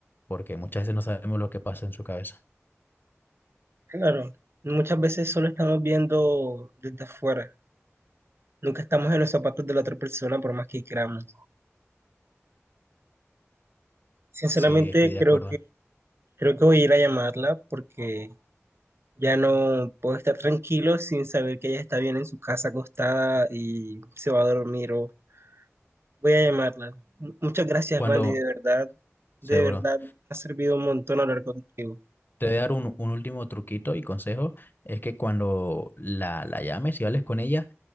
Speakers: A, on the left; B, on the right.
A: porque muchas veces no sabemos lo que pasa en su cabeza.
B: Claro, muchas veces solo estamos viendo desde afuera. Nunca estamos en los zapatos de la otra persona por más que queramos. Sinceramente,
A: Sí, estoy de
B: creo
A: acuerdo.
B: que, creo que voy a ir a llamarla porque ya no puedo estar tranquilo sin saber que ella está bien en su casa acostada y se va a dormir o Voy a llamarla. M- Muchas gracias,
A: Cuando,
B: Randy, de verdad,
A: seguro.
B: de verdad, me ha servido un montón hablar contigo.
A: Te voy a dar un, un último truquito y consejo, es que cuando la, la llames y hables con ella,